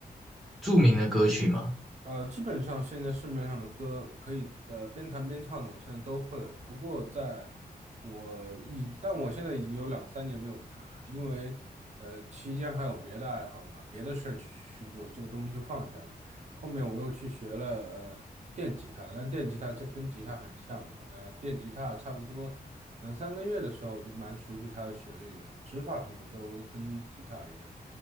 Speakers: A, in the centre; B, on the right (about 45°).
A: 著名的歌曲吗？
B: 呃，基本上现在市面上的歌可以呃边弹边唱的，我现在都会了。不过在我已，但我现在已经有两三年没有弹了，因为呃期间还有别的爱好嘛，别的事儿去去做，这个东西就放下了。后面我又去学了呃电吉他，但电吉他这跟吉他很像嘛，呃电吉他差不多两三个月的时候我就蛮熟悉它的旋律了，指法什么都跟吉他一样。